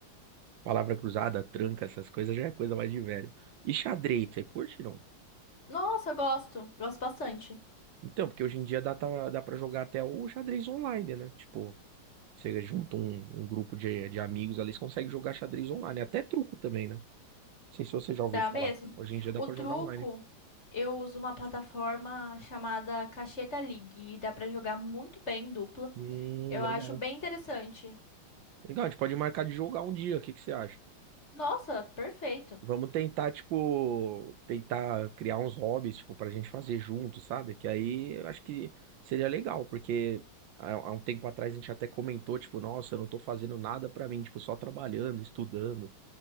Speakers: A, on the right (about 70°); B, on the left (about 35°).
A: Palavra cruzada, tranca, essas coisas já é coisa mais de velho. E xadrez, você curte, não?
B: Nossa, gosto. Gosto bastante.
A: Então, porque hoje em dia dá, tá- dá pra jogar até o xadrez online, né? Tipo, você junta um, um grupo de, de amigos ali, você consegue jogar xadrez online. Até truco também, né? Não sei se você já ouviu
B: Dá
A: falar.
B: mesmo.
A: Hoje em dia dá
B: O
A: pra
B: truco,
A: jogar online.
B: eu uso uma plataforma chamada Cacheta League. E dá pra jogar muito bem em dupla.
A: Hum,
B: Eu
A: legal.
B: acho bem interessante.
A: Legal, a gente pode marcar de jogar um dia, o que que você acha?
B: Nossa, perfeito.
A: Vamos tentar, tipo, tentar criar uns hobbies, tipo, pra gente fazer junto, sabe? Que aí eu acho que seria legal, porque há, há um tempo atrás a gente até comentou, tipo, nossa, eu não tô fazendo nada pra mim, tipo, só trabalhando, estudando.